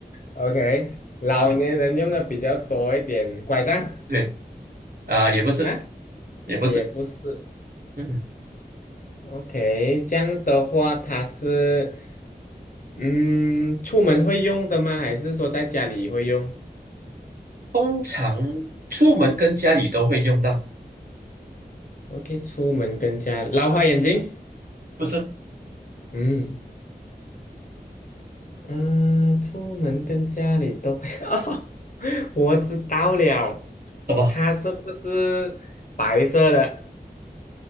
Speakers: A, on the left (about 55°); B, on the right (about 65°).
A: ，OK，老年人用的比较多一点，
B: 嗯，
A: 拐杖
B: 对啊、也不是
A: 啊，
B: 也不是，
A: 也不是
B: 嗯，
A: ，OK，这样的话，它是，嗯，出门会用的吗？还是说在家里会用
B: 通常出门跟家里都会用到，
A: ？OK，出门跟家，老花眼镜，
B: 不是
A: 嗯嗯，出门跟家里都会，<laughs> 我知道了，
B: 什么
A: 它是不是白色的？